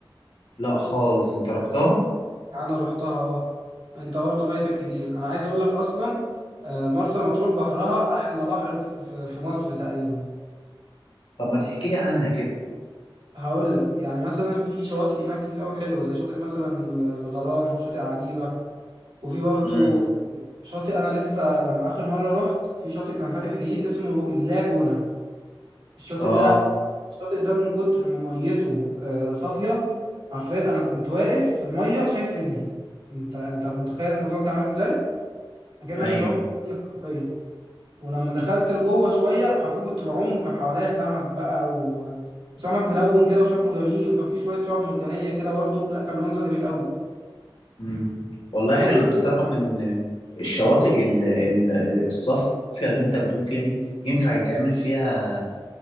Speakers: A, on the left; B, on the right.
A: لا خالص انت رحتها
B: انا رحتها اه انت برضه فايتك كتير انا عايز اقول لك اصلا آه، مرسى مطروح بحرها احلى بحر في في في مصر تقريبا
A: طب ما تحكي لي عنها كده
B: هقول لك يعني مثلا في شواطئ هناك كتير قوي حلوه زي شاطئ مثلا ال- الغرام وشاطئ عجيبه وفي برضو
A: امم
B: شاطئ انا لسه لما اخر مره رحت في شاطئ كان فاتح جديد اسمه اللاجونه الشاطئ
A: اه
B: ده الشاطئ ده من كتر ما ميته آه، صافيه حرفيا انا كنت واقف في الميه شايف رجلي انت انت متخيل الموضوع كان عامل ازاي؟ اكنك
A: ايوه
B: بتعوم حرفيا ولما دخلت لجوه شويه حرفيا كنت بعوم وكان حواليا سمك بقى و... وسمك ملون كده وشكله جميل وكان فيه شويه شعاب مرجانيه كده برضه لا كان منظر جميل قوي
A: مم. والله
B: المنظر
A: حلو انت
B: <laughs>
A: تعرف
B: جميل
A: ان الشواطئ
B: اه
A: ال- ال- الصافية اللي انت بتقول فيها دي ينفع يتعمل فيها